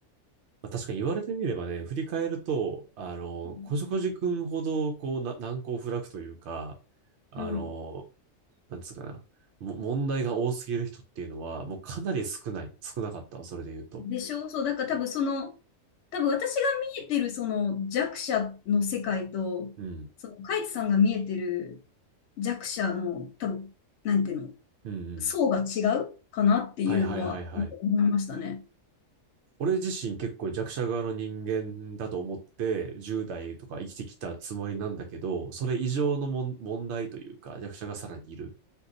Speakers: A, on the right; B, on the left.
A: まあ確かに言われてみればね、振り返ると、あの、
B: うん。
A: こじこじくんほど、こう、な、難攻不落というか、あの、
B: うん
A: なんつうかな、も、問題が多すぎる人っていうのは、もうかなり少ない、少なかったわ、それで言うと。
B: でしょそう、だから多分その、多分私が見えてるその弱者の世界と、
A: うん。
B: そのカイツさんが見えてる弱者の多分、なんていうの、
A: うんうん。
B: 層が違うかなっていうのは思いましたね。
A: はいはいはいはい。俺自身結構弱者側の人間だと思って、10代とか生きてきたつもりなんだけど、それ以上のもん問題というか、弱者がさらにいる。